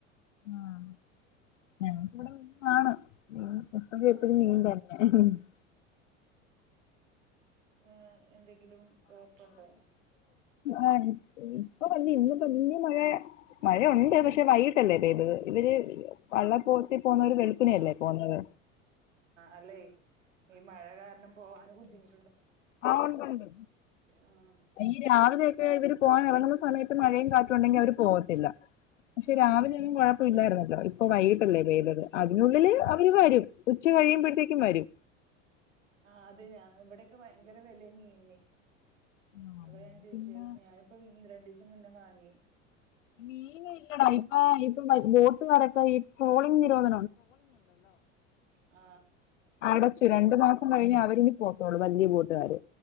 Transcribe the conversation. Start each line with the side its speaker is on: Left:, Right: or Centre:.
Left: ആഹ ഞങ്ങക് ഇവിട <unintelligible>
Right: ഉം
Left: ആണ് മ് എപ്പഴും എപ്പഴും
Right: ആഹ്
Left: മീൻ തന്നെ <unintelligible>
Right: ആഏ എന്തെങ്കിലും കൊഴപ്പുണ്ടോ
Left: ആഹ ഇപ്പൊ വന്നി ഇന്ന് തന്നി മഴ മഴയുണ്ട് പക്ഷെ വൈകിട്ടല്ലേ പെയ്ത് ഇവര് വള്ളപ്പോത്തിൽ പോകുന്നവര് വെളുപ്പിനെയല്ലേ
Right: ആഹ
Left: പോകുന്നത്.
Right: അല്ലെ ഈ മഴ കാരണം പോവാന് ബുദ്ധിമു
Left: ആ ഉണ്ട്ണ്ട്
Right: ആഹ്
Left: ഈ രാവിലെയൊക്കെ
Right: ആഹ്
Left: ഇവര് പോവാൻ ഇറങ്ങുന്ന സമയത്ത് മഴയും കാറ്റും ഉണ്ടെങ്കി അവര് പോവത്തില്ല പക്ഷെ
Right: ആഹ്
Left: രാവിലെ ഒന്നും കൊഴപ്പ ഇില്ലായിര്ന്നല്ലോ ഇപ്പ വൈകിട്ടല്ലേ വെയിലത് അതിനുള്ളിൽ അവര് വരും ഉച്ച കഴിയുമ്പോഴത്തേക്കും വരും
Right: ആ അത് ഞാൻ ഇവിടൊക്കെ വയങ്കര വിലയ മീന്
Left: ആ,
Right: അതാ ഞാൻ ചോയിച്ചെ
Left: പിന്നെ
Right: ഞാനിപ്പ ഒന്ന് രണ്ടീസെ <unintelligible> മാങ്ങി
Left: മീന് ഇല്ലടാ ഇപ്പ ഇപ്പ ബോട്ട് നെറക്ക ഈ ട്രോളിംഗ് നിരോധ
Right: ആ
Left: അടച്ചു രണ്ടു മാസം കഴിഞ്ഞ് അവരി ഒകെ ഓളെ വല്ല്യ കൂട്ട്ക്കാര്